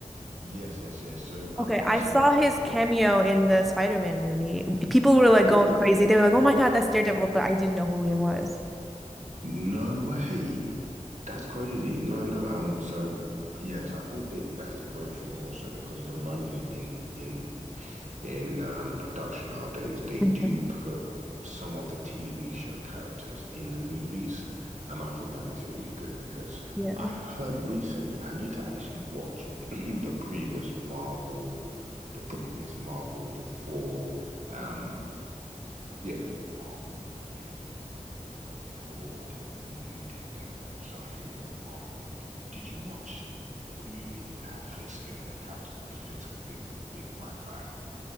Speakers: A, on the right; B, in the centre.
A: Yes, yes, yes. So I'm
B: Okay,
A: I'm
B: I
A: saying
B: saw his
A: I've
B: cameo in the Spider-Man movie. People were like
A: got
B: going crazy. They were like, "Oh my God, that's Daredevil," but I didn't know who he was.
A: No way. That's crazy. No, no. Um, so yes, I think that that's the great thing also because of the money in in in, in um production nowadays, they
B: Mhm.
A: do put some of the TV show characters in the movies. Um, I think that makes it really good because
B: Yeah.
A: I heard recently I need to actually watch <clears throat> the previous Marvel, the previous Marvel before um yeah, the Marvel movie before the new Daredevil. So I think there was a Marvel. Did you watch the movie? Did it have Fisk in it? A character called Fisk, a big, big white guy.